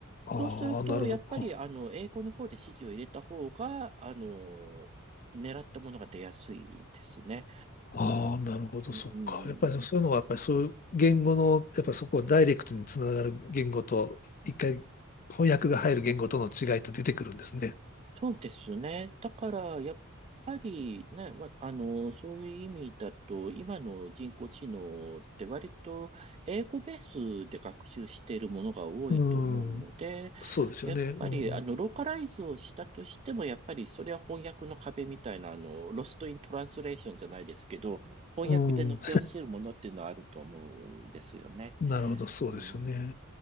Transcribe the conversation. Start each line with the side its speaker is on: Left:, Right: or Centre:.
Left: ああ、
Right: そうすると、
Left: なるほど。
Right: やっぱり、あの、英語の方で指示を入れた方が、あのー狙ったものが出やすいですね。
Left: ああ、なるほど、
Right: うん。
Left: そっか。やっぱりそういうのは、やっぱりそういう言語の、やっぱそこをダイレクトにつながる言語と、一回翻訳が入る言語との違いって出てくるんですね。
Right: そうですね。だから、やっぱりね、ま、あの、そういう意味だと、今の人工知能って割と英語ベースで学習しているものが多いと思うので、
Left: うん、うんそうですよね。
Right: やっぱり、
Left: う
Right: あの、ローカライズをしたとしても、やっぱりそれは翻訳の壁みたいな、あの、ロストイントランスレーションじゃないですけど、翻訳で抜け落ちるものっていうのはあると思うんですよね。
Left: ん、うん、なるほど、そうですよね。
Right: うん、